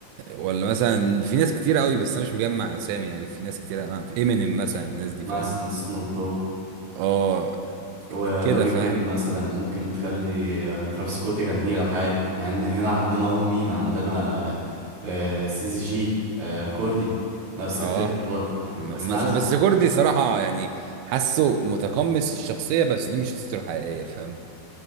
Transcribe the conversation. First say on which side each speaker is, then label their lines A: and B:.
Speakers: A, on the right; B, on the right.
A: ولا مثلا في ناس كتير قوي بس انا مش مجمع اسامي يعني في ناس كتير امينيم مثلا الناس دي
B: مثلا
A: فاهم
B: سنوب دوج
A: اه
B: وذا
A: كده
B: ويكند
A: فاهم
B: مثلا ممكن تخلي آه، ترافيس سكوت يغني لك عادي احنا عن- هنا عندنا اهو مين عندنا آه، سي سي جي آه، كوردي نفس
A: اه
B: الفكرة برضه
A: م-
B: بس انا
A: مس-
B: عايز
A: بس جوردي صراحة يعني حاسه متقمص الشخصية بس دي مش شخصيته الحقيقية فاهم